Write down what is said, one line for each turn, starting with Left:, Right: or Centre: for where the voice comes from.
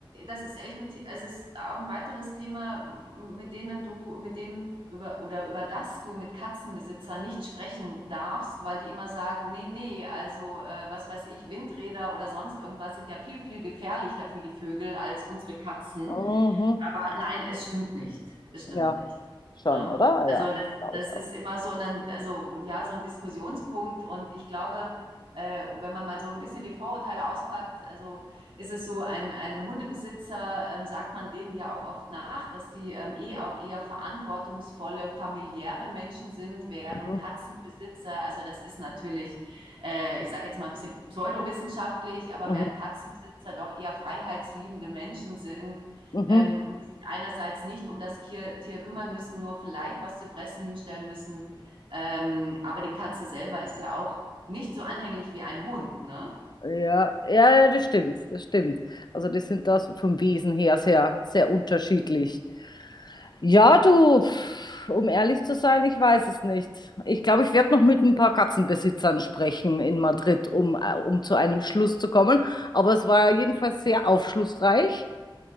Right: das ist echt ein, The- es ist auch ein weiteres Thema, mit denen du, mit dem über oder über das du mit Katzenbesitzern nicht sprechen darfst, weil die immer sagen, nee, nee, also äh, was weiß ich, Windräder oder sonst irgendwas sind ja viel, viel gefährlicher für die Vögel als unsere Katzen.
Left: Mhm.
Right: Aber nein, es stimmt nicht. Es stimmt
Left: Ja,
Right: nicht.
Left: schon,
Right: Ne?
Left: oder? Ah,
Right: Also
Left: Ja,
Right: das,
Left: glaube
Right: das
Left: ich
Right: ist
Left: auch.
Right: immer so ein, also ja, so ein Diskussionspunkt und ich glaube, äh, wenn man mal so ein bisschen die Vorurteile auspackt, also ist es so, ein, ein Hundebesitzer ähm, sagt man denen ja auch oft nach, dass die ähm, eh auch eher verantwortungsvolle, familiäre Menschen sind, während
Left: Mhm.
Right: Katzenbesitzer, also das ist natürlich, äh, ich sage jetzt mal ein bisschen pseudowissenschaftlich, aber
Left: Mhm.
Right: während Katzenbesitzer doch eher freiheitsliebende Menschen sind,
Left: Mhm.
Right: ähm, die sich einerseits nicht um das Tier, Tier kümmern müssen, nur vielleicht was zu fressen hinstellen müssen, ähm, aber die Katze selber ist ja auch nicht so anhänglich wie ein Hund, ne?
Left: Ja, ja, ja, das stimmt, das stimmt. Also die sind das vom Wesen her sehr, sehr unterschiedlich. Ja, du, pf, um ehrlich zu sein, ich weiß es nicht. Ich glaube, ich werde noch mit ein paar Katzenbesitzern sprechen in Madrid, um, äh, um zu einem Schluss zu kommen. Aber es war jedenfalls sehr aufschlussreich,